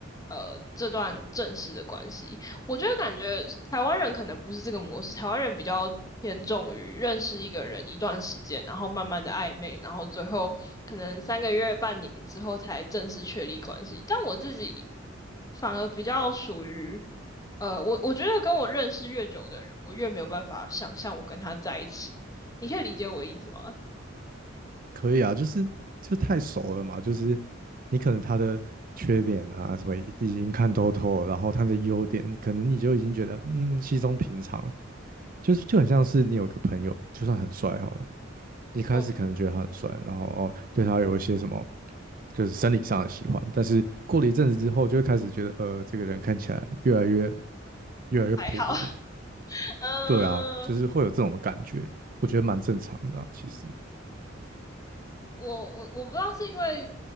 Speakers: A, on the left; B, on the right.
A: 呃，这段正式的关系，我觉得感觉台湾人可能不是这个模式，台湾人比较偏重于认识一个人一段时间，然后慢慢的暧昧，然后最后可能三个月、半年之后才正式确立关系。但我自己反而比较属于，呃，我我觉得跟我认识越久的人，我越没有办法想象我跟他在一起。你可以理解我意思吗？
B: 可以啊，就是就太熟了嘛，就是你可能他的缺点啊什么已已经看透透了，然后他的优点，可能你就已经觉得嗯稀松平常了就是就很像是你有个朋友，就算很帅好了，你开始可能觉得他很帅，
A: 嗯，
B: 然后哦对他有一些什么就是生理上的喜欢，但是过了一阵子之后，就会开始觉得呃这个人看起来越来越越来越普了，
A: 好，<laughs> 嗯，
B: 对啊，就是会有这种感觉，我觉得蛮正常的啊，其实。
A: 我我我不知道是因为，